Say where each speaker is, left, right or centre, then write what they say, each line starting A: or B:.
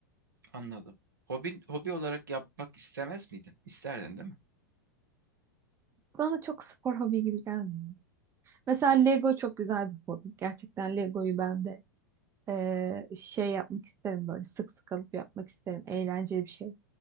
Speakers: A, on the right; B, on the right.
A: anladım. Hobi, hobi olarak yapmak istemez miydin? İsterdin, değil mi?
B: Bana çok spor hobi gibi gelmiyor. Mesela Lego çok güzel bir hobi. Gerçekten Lego'yu ben de eee, şey yapmak isterim böyle sık sık alıp yapmak isterim. Eğlenceli bir şey.